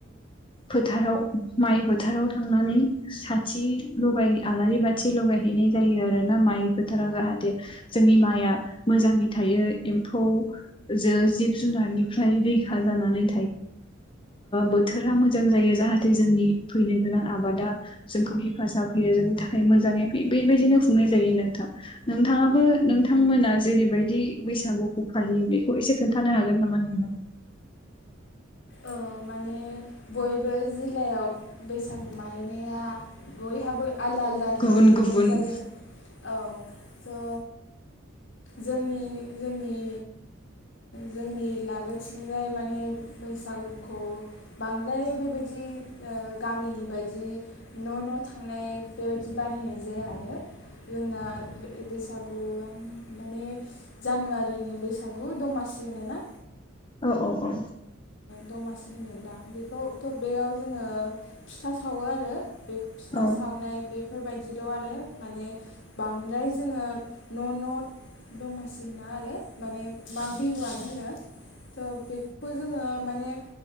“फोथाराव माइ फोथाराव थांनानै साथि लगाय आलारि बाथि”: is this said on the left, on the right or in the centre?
Left